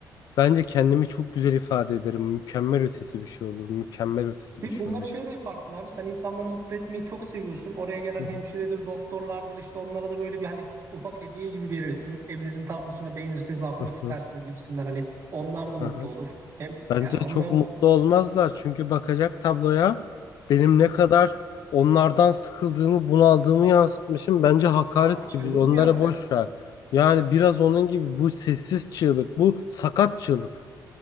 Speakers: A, on the left; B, on the right.
A: bence kendimi çok güzel ifade ederim. Mükemmel ötesi bir şey olur. Mükemmel ötesi
B: Ki
A: bir şey
B: bunları
A: olur.
B: şey de yaparsın abi. Sen insanları mutlu etmeyi çok seviyorsun. Oraya gelen
A: Hı
B: hemşiredir,
A: hı.
B: doktorlardır işte onlara da böyle bir hani ufak hediye gibi verirsin. Evinizin tablosuna beğenirseniz asmak
A: Hı
B: istersiniz
A: hı.
B: gibisinden hani onlar da mutlu
A: Hı hı.
B: olur. Hem
A: Bence
B: ya
A: çok
B: onlara
A: mutlu olmazlar çünkü bakacak tabloya benim ne kadar onlardan sıkıldığımı, bunaldığımı yansıtmışım. Bence hakaret
B: Abi çığlık
A: gibi. Onlara
B: mı yapacaksın?
A: boş ver. Yani biraz onun gibi bu sessiz çığlık, bu sakat çığlık.